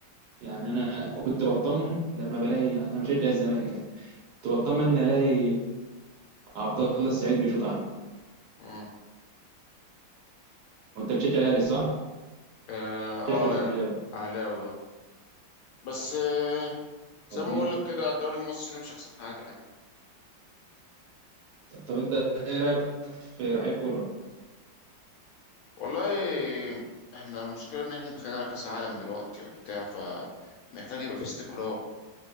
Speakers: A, on the right; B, on the left.
A: يعني انا كنت بطمن لما بلاقي يعني انا بشجع الزمالك يعني كنت بطمن ان الاقي عبد الله السعيد بيشوط عنه
B: مم.
A: وانت بتشجع الاهلي صح
B: اه, آه
A: شكلك
B: يا
A: اهلاوي
B: اهلاوي اه بس آه زي
A: طب
B: ما
A: مين
B: بقول لك كده الدوري المصري ده مش احسن حاجه يعني
A: طب انت ايه رايك في رحيل كولر
B: والله احنا المشكله ان احنا داخلين على كاس عالم دلوقتي وبتاع فمحتاج يبقى فيه استقرار